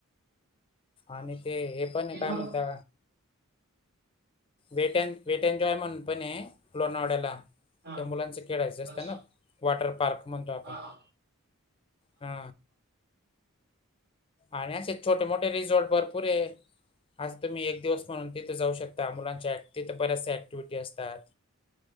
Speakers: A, on the left (about 25°); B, on the right (about 50°).
A: आणि ते हे पण हाय
B: तिथं
A: काय म्हणता wait enjoy and wait and जाँय म्हणून पण हाय लोणावळ्याला.
B: हा
A: ती मुलांचं खेळायचं असतं
B: अच्छा
A: वॉटर पार्क म्हणतो आपण
B: हा हा
A: हा. आणि असे छोटे मोठे रिझॉर्ट भरपूर आहे. आज तुम्ही एक दिवस म्हणून तिथे जाऊ शकता मुलांच्या तिथे बऱ्याच्या अँक्टिविटी असतात.